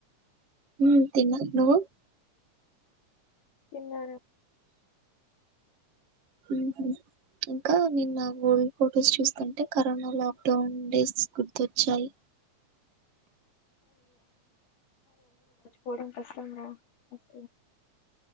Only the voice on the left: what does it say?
తిన్నార
పోడం కష్టం రాస్